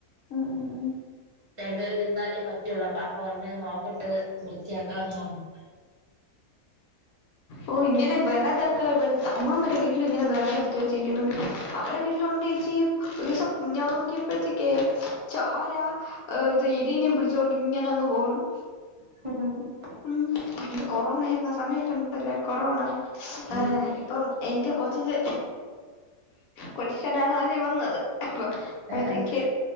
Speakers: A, on the left; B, on the right.
A: അ അ ആഹ്
B: രണ്ടുപേര് തിന്നാലേ പറ്റൊള്ളൂ അപ്പ അമ്മ പറഞ്ഞ് നോക്കട്ട് വൃർത്തിയാക്കാന്ന് പറഞ്ഞു
A: ഓ ഇങ്ങേനെ വെറഗക്കാ ബടുത്ത അമ്മമാ അമ്മടെ വീട്ടിലും ഇങ്ങനെ വറെ എടുത്ത് വെച്ചേരിക്കണ അവരുടെ വീട്ടിലൊണ്ട ചെച്ച ഒരു ദിവസം ഞാൻ നോക്കിയപ്പോഴത്തേക്ക ചാര ഇത് ക്ലീന പിടിചൊണ്ട് ഇങ്ങനെങ് പോകണം
B: <unintelligible>
A: ഉം പണ്ട് കൊറോണ ആരുന്ന സമയത്തുണ്ടല്ലേ കൊറോണ ഏ
B: ഉം
A: ഇപ്പൊ. എന്റെ കൊച്ചിന് കൊച്ചിനാണ് ആദ്യം വന്നത് അപ്പോഴത്തേക്ക്
B: ആ ആ